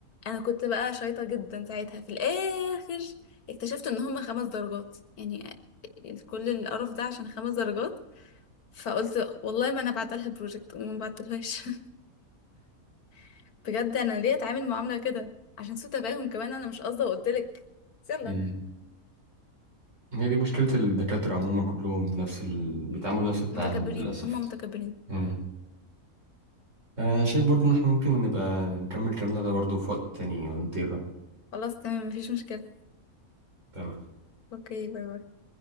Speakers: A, on the left; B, on the right.
A: انا كنت بقى شايطه جدا ساعتها في الاخر اكتشفت ان هما خمس درجات يعني ال- كل القرف ده عشان خمس درجات فقلت والله ما انا بعتلها بروجكت وما بعتلهاش <laughs> بجد انا ليه اتعامل معامله كده عشان سوء تفاهم كمان انا مش قصده وقلت لك يلا
B: مم. هي دي مشكلة الدكاترة عموما كلهم نفس ال... بيتعاملوا نفس التعامل
A: متكبرين
B: للأسف
A: هما متكبرين
B: مم. أنا شايف برضو إن إحنا ممكن نبقى نكمل كلامنا ده برضو في وقت تاني ولا أنت إيه رأيك؟
A: خلاص تمام مفيش مشكله
B: تمام
A: اوكي باي باي